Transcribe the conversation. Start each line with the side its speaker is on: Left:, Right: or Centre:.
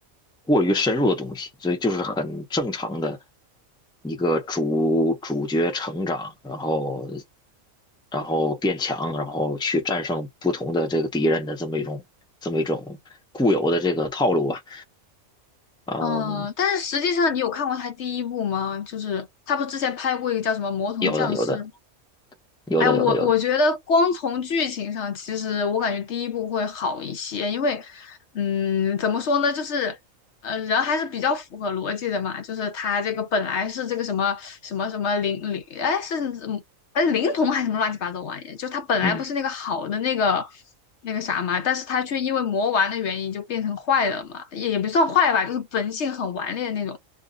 Centre: 过于深入的东西，所以就是很正常的一个主主角成长，然后然后变强，然后去战胜不同的这个敌人的这么一种这么一种固有的这个套路吧，嗯，
Left: 嗯，但是实际上，你有看过他第一部吗？就是他不之前拍过一个叫什么《魔童降世》
Centre: 有的有的有的有的有的，
Left: 哎，我我觉得光从剧情上，其实我感觉第一部会好一些，因为，嗯，怎么说呢，就是，呃，人还是比较符合逻辑的嘛，就是他这个本来是这个什么什么什么灵灵，哎，是嗯哎灵童还是什么乱七八糟玩意，就他本来不是那个好的那个
Centre: 嗯，
Left: 那个啥嘛，但是他却因为魔丸的原因就变成坏了嘛，也也不算坏吧，就是本性很顽劣的那种。